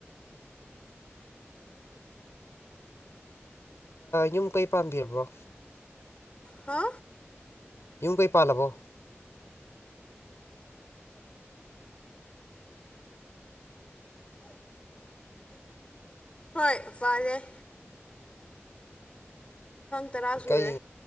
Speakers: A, on the left (about 75°); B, on the left (about 25°).
A: ꯌꯨꯝ ꯀꯩ ꯄꯥꯝꯕꯤꯔꯕ꯭ꯔꯣ
B: ꯍꯥ
A: ꯌꯨꯝ ꯀꯩ ꯄꯥꯜꯂꯕꯣ
B: ꯐꯂꯦ ꯇꯔꯥ ꯁꯨꯔꯦ
A: ꯀꯩ